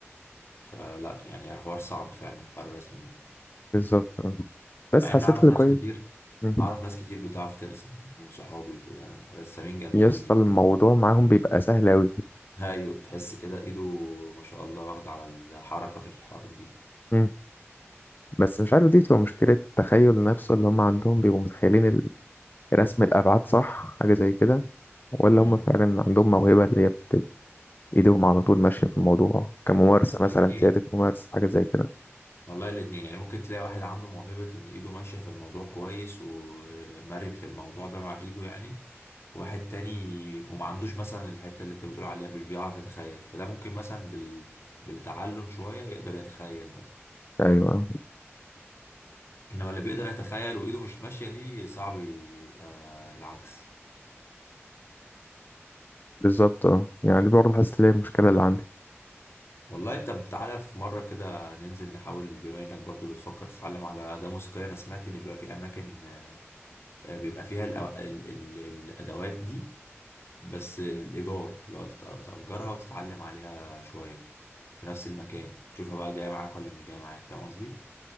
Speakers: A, on the left; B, on the left.
A: فلا يعني حوار صعب فعلا حوار الرسم ده
B: بالظبط آه. بس
A: مع
B: حسيت
A: ان اعرف
B: اللي
A: ناس
B: كويس
A: كتير
B: مم.
A: اعرف ناس كتير بتعرف ترسم يعني من صحابي وكده رسامين جامدين
B: يا اسطى
A: يعني
B: الموضوع معاهم بيبقى سهل أوي
A: ايوه تحس كده ايده ما شاء الله واخدة على الحركة في الحوارات دي
B: مم. بس مش عارف دي بتبقى مشكلة تخيل نفسه اللي هم عندهم بيبقوا متخيلين ال- رسم الأبعاد صح حاجة زي كده ولا
A: امم
B: هم فعلا عندهم موهبة اللي هي بتبقى إيديهم على طول ماشية في الموضوع كممارسة
A: الاثنين
B: مثلا زيادة ممارسة حاجة زي كده
A: والله الاثنين يعني ممكن تلاقي واحد عنده موهبة ان ايده ماشية في الموضوع كويس ومرن في الموضوع ده مع ايده يعني واحد تاني وما عندوش مثلا الحتة اللي انت بتقول عليها مش بيعرف يتخيل فده ممكن مثلا بال... بالتعلم شوية يقدر يتخيل بقى
B: أيوه
A: انما اللي بيقدر يتخيل وايده مش ماشية دي صعب يبقى العكس
B: بالظبط اه يعني دي برضه حاسس إن هي المشكلة اللي عندي
A: والله طب تعالى في مرة كده ننزل نحاول بما انك برضو بتفكر تتعلم على أداة موسيقية انا سمعت ان بيبقى في اماكن آه، آه، بيبقى فيها الأو... ال... ال... الادوات دي بس الايجار اللي هو تت- تأجرها وتتعلم عليها شوية في نفس المكان تشوفها بقى جاية معاك ولا مش جاية معاك فاهم قصدي؟